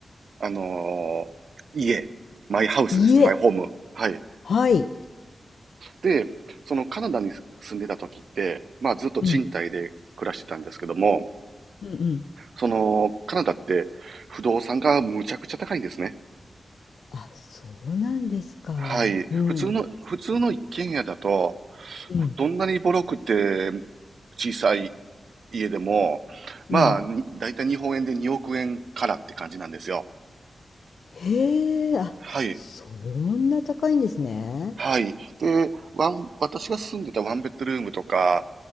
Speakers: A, on the right (about 70°); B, on the left (about 80°).
A: あのー家、マイハウスですね、
B: 家、
A: マイホーム。はい。
B: はい、
A: で、そのカナダに住んでた時って、まあずっと賃貸で暮らしてたんですけども、
B: うん、うん、うん。
A: その、カナダって不動産がむちゃくちゃ高いんですね。
B: あ、そうなんですか。
A: はい。
B: うん、
A: 普通の、普通の一軒家だと、
B: うん、
A: どんなにボロくて小さい家でも、まあ、
B: うん。
A: にだいたい日本円で2億円からって感じなんですよ。
B: へえ、あ、
A: はい。
B: そんな高いんですね。
A: はい。で、ワン、私が住んでたワンベッドルームとか